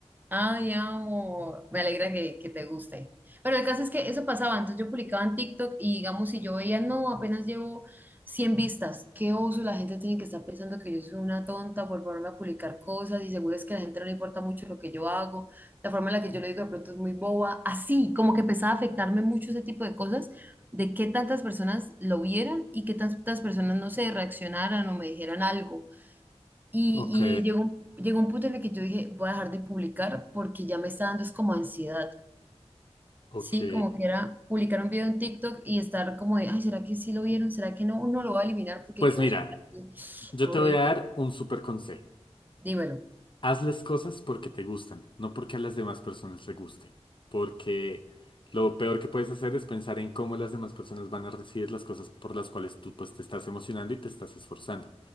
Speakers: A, on the right; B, on the left.
A: Ay, amo, me alegra que, que te guste. Pero el caso es que eso pasaba, Entonces yo publicaba en TikTok y digamos, si yo veía, no, apenas llevo 100 vistas, qué oso, la gente tiene que estar pensando que yo soy una tonta por ponerme a publicar cosas y seguro es que a la gente no le importa mucho lo que yo hago, la forma en la que yo lo digo de pronto es muy boba, así, como que empezaba a afectarme mucho ese tipo de cosas, de qué tantas personas lo vieran y qué tantas personas, no sé, reaccionaran o me dijeran algo. Y,
B: Ok,
A: y llegó, un- llegó un punto en el que yo dije, voy a dejar de publicar porque ya me está dando es como ansiedad,
B: ok.
A: ¿sí? Como que era publicar un video en TikTok y estar como de, ay, ¿será que sí lo vieron? ¿Será que no? Uno lo va a eliminar porque
B: Pues
A: quedó
B: mira,
A: súper
B: yo
A: horrible.
B: te voy a dar un súper consejo.
A: Dímelo.
B: Haz las cosas porque te gustan, no porque a las demás personas les guste. Porque lo peor que puedes hacer es pensar en cómo las demás personas van a recibir las cosas por las cuales tú pues te estás emocionando y te estás esforzando.